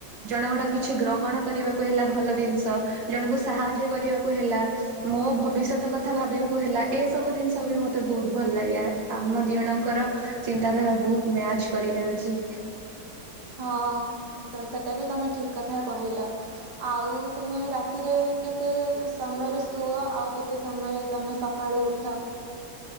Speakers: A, on the right (about 85°); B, on the right (about 65°).
A: ଜଣଙ୍କଟା କିଛି ଗ୍ରହଣ କରିବାକୁ ହେଲା ଭଲ। ଜିନିଷ ଜଣଙ୍କୁ ସାହାଯ୍ୟ କରିବାକୁ ହେଲା, ମୋ ଭବିଷ୍ୟତ କଥା ଭାବିବାକୁ ହେଲା, ଏସବୁ ଜିନିଷ ବି ମତେ ବହୁତ ଭଲ ଲାଗେ ଆମ ଦି ଜଣଙ୍କର ଚିନ୍ତାଧାରା ବହୁତ ମ୍ୟାଚ କରି ଯାଉଛି।
B: ହଁ ସେଟା ବି ତମେ ଠିକ କଥା କହିଲ। ଆଉ ତୁମେ ରାତିରେ କେତେ ସମୟରେ ଶୁଅ, ଆଉ କେତେ ସମୟରେ ତମେ ସକାଳୁ ଉଠ?